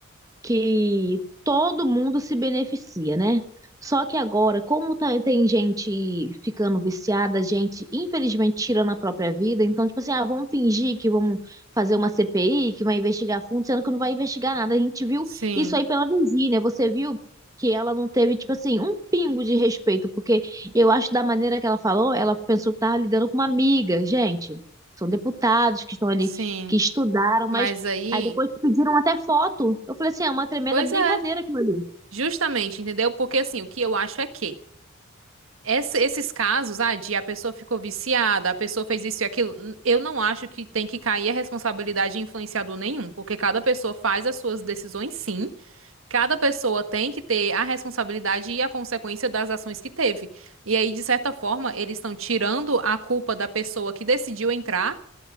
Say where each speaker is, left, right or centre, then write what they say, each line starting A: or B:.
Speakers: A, on the right (about 15°); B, on the right (about 75°).
A: que todo mundo se beneficia, né? Só que agora, como tá- tem gente ficando viciada, gente infelizmente tirando a própria vida, então, tipo assim, ah, vamos fingir que vamos fazer uma CPI, que vai investigar fundo, sendo que não vai investigar nada. A gente viu
B: Sim,
A: isso aí pela Virgínia, você viu que ela não teve, tipo assim, um pingo de respeito, porque eu acho da maneira que ela falou, ela pensou que estava lidando com uma amiga, gente. São deputados que estão ali,
B: sim.
A: que estudaram, mas
B: mas aí,
A: Aí depois pediram até foto. Eu falei assim, é uma tremenda
B: pois
A: brincadeira
B: é,
A: aquilo ali.
B: justamente, entendeu? Porque assim, o que eu acho é que essa- esses casos, ah, de a pessoa ficou viciada, a pessoa fez isso e aquilo, n- eu não acho que tem que cair a responsabilidade de influenciador nenhum, porque cada pessoa faz as suas decisões, sim, cada pessoa tem que ter a responsabilidade e a consequência das ações que teve. E aí, de certa forma, eles estão tirando a culpa da pessoa que decidiu entrar.